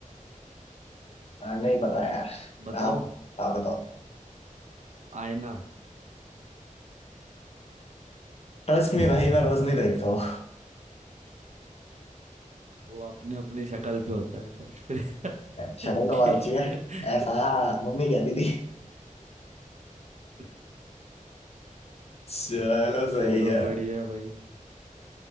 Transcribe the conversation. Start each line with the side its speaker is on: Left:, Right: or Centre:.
Left: हाँ, नहीं पता यार
Right: बताओ
Left: आप आप बताओ
Right: आईना
Left: ट्रस्ट
Right: <laughs>
Left: में भाई मैं रोज नहीं देखता हूँ
Right: वो अपने अपने शक्ल पे होता है पर फिर
Left: शक्ल
Right: <laughs>
Left: तो
Right: ठीक
Left: बहुत अच्छी है
Right: है
Left: ऐसा मम्मी कहती थी
Right: <laughs>
Left: चलो
Right: चलो
Left: सही है
Right: बढ़िया भाई